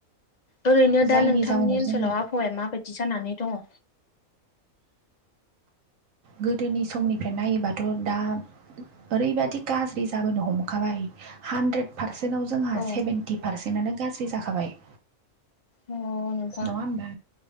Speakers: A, on the left; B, on the right.
A: ओरैनो
B: जायनि
A: दा नोंथांनि
B: जाउनाव
A: ओनसोलाव
B: जोंना
A: आबहावाया माबायदि जानानै दङ
B: गोदोनि समनिफ्राय नायोबाथ' दा ओरैबादि गाज्रि जाबोनो हमखाबाय हानद्रेद पारसेन्टाव जोंहा
A: औ
B: सेभेन्टि पारसेन्टआनो गाज्रि जाखाबाय
A: औ नोंथां
B: नङा होमबा